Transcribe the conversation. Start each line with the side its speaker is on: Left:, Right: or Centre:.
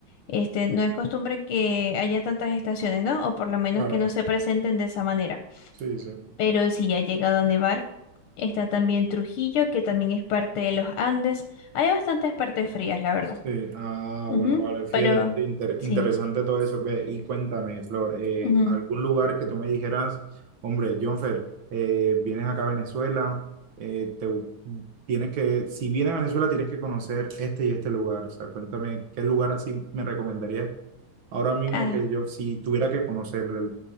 Left: este, no es costumbre que haya tantas estaciones, ¿no? O por lo menos
Right: Claro,
Left: que no se presenten de esa manera.
Right: sí, sí.
Left: Pero sí ha llegado a nevar. Está también Trujillo, que también es parte de los Andes. Hay bastantes partes frías, la verdad.
Right: Sí, ah,
Left: Ujú,
Right: bueno, vale, fíjate,
Left: Pero
Right: inte- inter-
Left: sí.
Right: interesante todo eso. Ve, y cuéntame, Flor, eh,
Left: ujú.
Right: ¿algún lugar que tú me dijeras, hombre, Jonfer, eh, vienes acá a Venezuela, eh, te, bu- tienes que, si vienes a Venezuela tienes que conocer este y este lugar? O sea, cuéntame, ¿qué lugar así me recomendarías ahora mismo
Left: Ah,
Right: que yo, si tuviera que conocer, el-